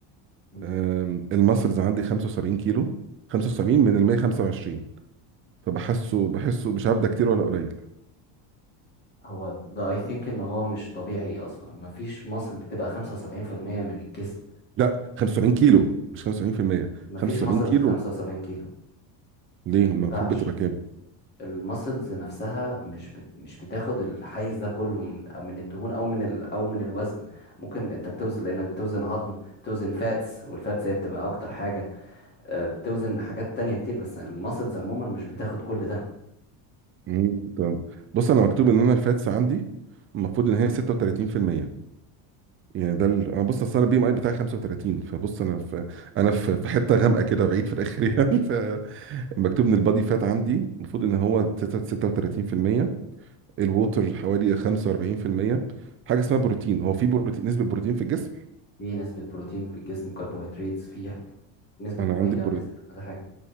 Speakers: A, on the left; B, on the right.
A: مم.
B: آم، الماسلز عندي 75 كيلو 75 من ال 125 فبحسه بحسه مش عارف ده كتير ولا قليل
A: هو ده اي ثينك ان هو مش طبيعي اصلا مفيش ماسل بتبقى 75% من الجسم
B: لا 75 كيلو مش 75%
A: مفيش
B: 75
A: ماسلز
B: كيلو
A: 75 كيلو
B: ليه أما المفروض
A: مينفعش
B: بتبقى كام
A: الماسلز نفسها مش بت... مش بتاخد الحيز ده كله من أو من الدهون او من ال... او من الوزن ممكن انت بتوزن لانك بتوزن عظم بتوزن فاتس والفاتس هي بتبقى اكتر حاجة آه، بتوزن حاجات تانية كتير بس الماسلز عموما مش بتاخد كل ده
B: مم، تمام بص انا مكتوب ان انا الفاتس عندي المفروض ان هي 36% يعني ده ال... انا بص اصل انا البي ام اي بتاعي 35 فبص انا في انا في في حته غامقه كده بعيد في الاخر <laughs> يعني فمكتوب ان البادي فات عندي المفروض ان هو 36% الووتر حوالي 45% حاجه اسمها بروتين هو في بروتين نسبه بروتين في الجسم
A: في نسبة بروتين في الجسم كربوهيدرات في حاجة- نسبة
B: انا عندي
A: مية
B: بروتين
A: نسبة كذا حاجة